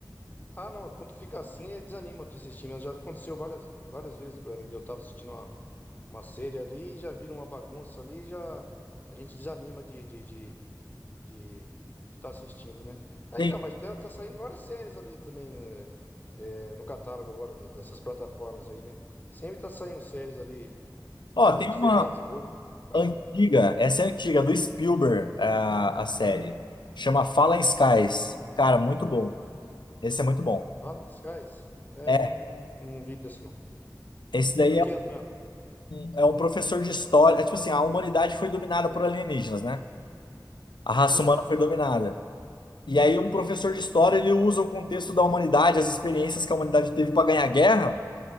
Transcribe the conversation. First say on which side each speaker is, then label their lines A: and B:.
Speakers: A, on the left; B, on the left.
A: Ah, não, quando fica assim, eh, desanima de assistir, mas já aconteceu várias, várias vezes pra mim. Eu tava assistindo uma, uma série ali, já vira uma bagunça ali, já a gente desanima de de de, de, estar assistindo, né? Ah,
B: Tem,
A: então, mas tá, tá saindo várias séries ali também eh, eh, no catálogo agora da- dessas plataformas aí, né? Sempre tá saindo séries ali
B: ó,
A: eh,
B: tem
A: diferentes,
B: uma.
A: boas, no caso.
B: Antiga, essa é antiga, do Spielberg, a, a série. Chama Fallen Skies. Cara, muito bom. Esse é muito bom.
A: Fala em Skies? É,
B: É,
A: eu não, não vi dessa não.
B: esse
A: Sobre
B: daí
A: o
B: é
A: que é a trama?
B: um, é um professor de história. É tipo assim, a humanidade foi dominada por alienígenas, né? A raça
A: Sim,
B: humana foi dominada. E aí um professor de história, ele usa o contexto da humanidade, as experiências que a humanidade teve para ganhar guerra,